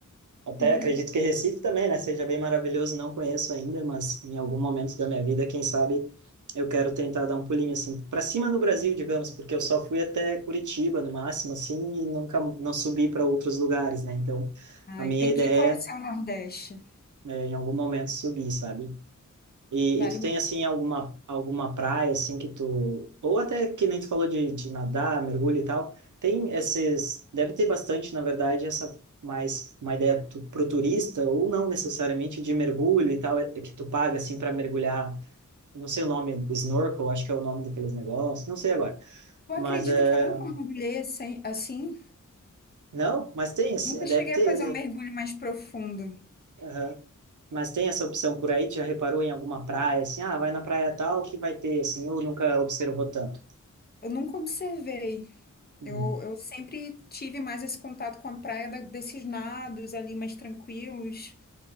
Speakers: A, on the right; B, on the left.
A: Até
B: <laughs>
A: acredito que Recife também, né? Seja bem maravilhoso, não conheço ainda, mas em algum momento da minha vida, quem sabe, eu quero tentar dar um pulinho assim para cima no Brasil, digamos, porque eu só fui até Curitiba no máximo, assim, e nunca não subi para outros lugares, né? Então,
B: Ai,
A: a minha
B: tem
A: ideia
B: que conhecer o Nordeste.
A: é em algum momento subir, sabe? E,
B: Vale.
A: e tu tem
B: muito.
A: assim alguma alguma praia assim que tu ou até que nem tu falou de, de nadar, mergulho e tal. Tem esses, deve ter bastante, na verdade, essa mais uma ideia tu, pro turista ou não necessariamente de mergulho e tal, é é que tu paga assim para mergulhar. Eu Não sei o nome, snorkel, acho que é o nome daqueles negócios, não sei agora.
B: Tu
A: Mas
B: acredita
A: eh,
B: que eu nunca mergulhei assim? assim?
A: não, mas tem, esse-
B: Nunca
A: deve
B: cheguei
A: ter,
B: a fazer um mergulho mais profundo.
A: aham. Mas tem essa opção por aí, tu já reparou em alguma praia assim, ah, vai na praia tal que vai ter assim, ou nunca observou tanto.
B: Eu nunca observei.
A: Uhum.
B: Eu, eu sempre tive mais esse contato com a praia da- desses nados ali mais tranquilos,